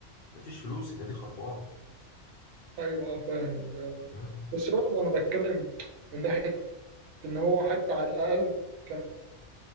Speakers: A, on the left; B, on the right.
A: مفيش فلوس النادي خربان
B: ايوه آه، فاهم
A: مم.
B: بس برضه انا بتكلم من ناحيه ان هو حتى على الاقل كان